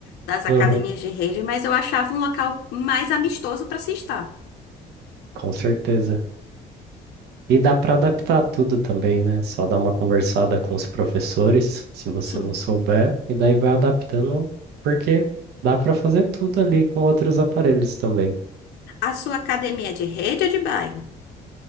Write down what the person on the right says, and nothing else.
Uhum,
com certeza. E dá para adaptar tudo também, né? Só dá uma conversada com os professores, se você
não souber, e daí vai adaptando, porque dá para fazer tudo ali com outros aparelhos também.